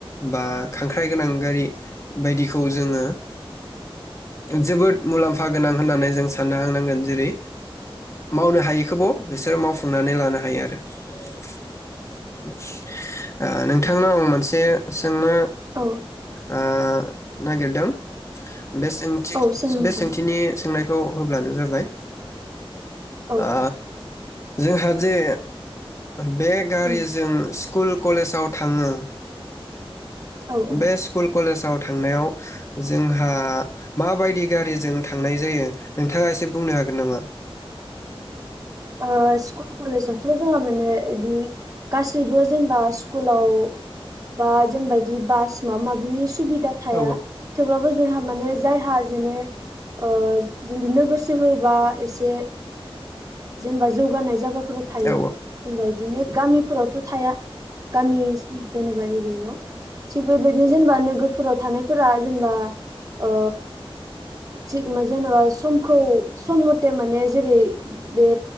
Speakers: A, on the left; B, on the right.
A: बा खांख्राय गोनां गारि बायदि। खौ जोङो। जोबोद मुलाम्फा गोनां होननानै जों साननो हांनांगोन जेरै मावनो हायिखौबाव बिसोरो माव फुंनानै लानो हायो आरो। <inaudible> आ नों नोंथांनाव आं मोनसे सोंनो
B: औ
A: ओ नागिरदों। बे सोंथि
B: औ सों नोंथां
A: बे सोंथिनि सोंनायखौ होब्लानो जाबाय।
B: औ औ
A: ओ जोंहा जे बे गारिजों
B: उम
A: कुल कलेसाव थाङो
B: औ औ
A: बे स्कुल कलेसाव थांनायाव जोंहा माबादि गारिजों थांनाय जायो नोंथाङा एसे बुंनो हागोन नामा?
B: ओ स्कुल कलेजावथ' जोंहा माने इदि गासैबो जेनेबा स्कुलाव बा जेनेबा इदि बास माबा माबिनि सुबिदा थाया।
A: औ
B: थेवब्लाबो जोहा माने जायहा जेने ओ जेन नोगोर सोहोर बा एसे जेनबा जौगानाय जागा फोराव थायो।
A: औ
B: जेनबा बिदिनो गामिफोराव थ' थाया। गामि उम जेनेबा एरियायाव थिग बेबायदिनो जेनेबा नोगोरफोराव थानायफोरा जेनेबा ओ थिगमा जेनेबा समखौ सम मथे माने जेरै बे